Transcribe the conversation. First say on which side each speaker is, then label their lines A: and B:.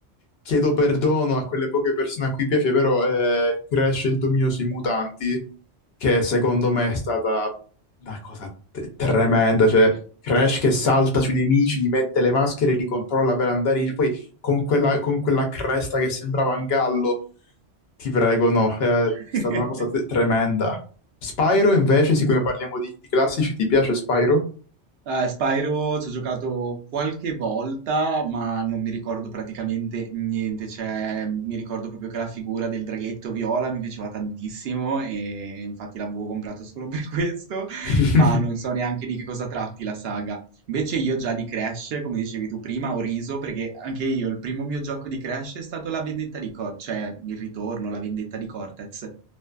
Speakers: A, on the left; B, on the right.
A: chiedo perdono a quelle poche persone a cui piace, però eh, Crash e il dominio sui mutanti, che secondo me è stata una cosa te- tremenda, cioè Crash che salta sui nemici, gli mette le maschere, li controlla per andare in... Poi con quella, con quella cresta che sembrava un gallo. Ti prego, no, eh,
B: <laughs>
A: è stata una cosa te- tremenda. Spyro, invece, siccome parliamo di, di classici, ti piace Spyro?
B: Eh, Spyro ci ho giocato qualche volta, ma non mi ricordo praticamente niente. Cioè, mi ricordo proprio che la figura del draghetto viola mi piaceva tantissimo e infatti l'avevo comprato solo per <laughs> questo,
A: <laughs>
B: ma non so neanche di che cosa tratti la saga. Invece io già di Crash, come dicevi tu prima, ho riso perché anche io il primo mio gioco di Crash è stato La vendetta di Cortez, cioè il ritorno, La vendetta di Cortez,